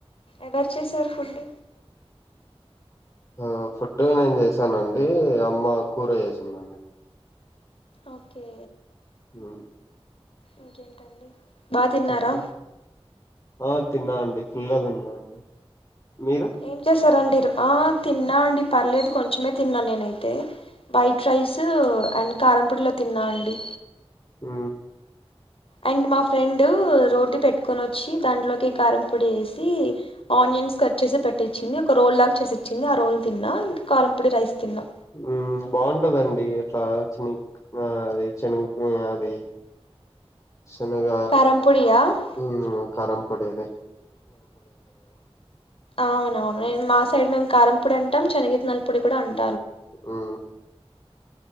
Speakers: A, on the left; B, on the left.
A: ఎవరు చేసారు ఫుడ్
B: ఆ ఆ ఫుడ్ నేను చేసానండి అమ్మ కూర చేసిందండి
A: ఓకే
B: ఆ
A: ఇంకేంటండి బా తిన్నారా
B: చెప్ప ఆ తిన్నా అండి ఫుల్గా తిన్నా అండి మీరు
A: ఏం చేశారండి ఆ తిన్నా అండి పర్లేదు కొంచమే తిన్నా నేనయితే వైట్ రైస్ అండ్ కారంపూడిలో తిన్నా అండి
B: ఆ
A: అండ్ మా ఫ్రెండ్ రోటీ పెట్టుకొని వచ్చి దాంట్లోకి కారం పొడి వేసి ఆనియన్ ఆనియన్స్ కట్ చేసి పెట్టించింది ఒక రోల్ లాగా చేసిచ్చింది ఆ రోల్ తిన్నా కారంపొడి రైస్ తిన్నా
B: ఉమ్ బాగుంటదండి ఇట్లా చిని అది చెనుగు అది శనగ
A: కారంపొడియా
B: ఉమ్
A: చెనిగిత్తనాల
B: కారంపొడి <inaudible>
A: అవునవును నేను మా మా సైడ్ మే కారం పొడి అంటాం చెనిగిట్టనల పొడి కూడా అంట
B: ఆ